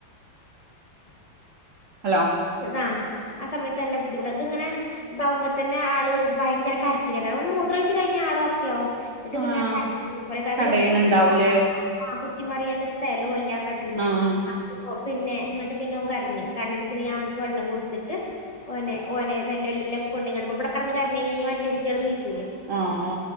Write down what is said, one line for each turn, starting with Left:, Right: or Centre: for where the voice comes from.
Right: ഹലോ
Left: ആ ആ സമയത്ത് നല്ല ബുദ്ധിമുട്ടാ ത്ങ്ങനെ താവുമ്പോത്തെന്നെ ആള് ഭയങ്കര കരച്ചിലേക്കാരം ഒന്ന് മൂത്രോയ് ച്ച് കയ്ഞ്ഞാ ആള് ഓക്കെആവും <unintelligible>
Right: ആഹ് കടയണ് ഇണ്ടാവൂലേ
Left: ആ കുത്തിമറിയാള്ള സ്ഥലോല്ല കട്ടിൽമേ
Right: ആഹ്
Left: അ പിന്നെ ന്ന്ട്ട് പിന്നെ ഓൻ കരഞ്ഞു കരഞ്ഞിട്ട പിന്നെ ഞാ ഓൻക്ക് വെള്ളം കൊട്ത്തിട്ട് ഓനെ ഓനെ നെല്ലെ നെല്ലെ കൊണ്ട്യ്ങ്ങാണ്ട് ഇവടെ കെടന്ന് കരഞയ് ഞ്ഞ മറ്റേ കുട്ട്യാളും നീച്ചൂല്ലേ
Right: ആ ആ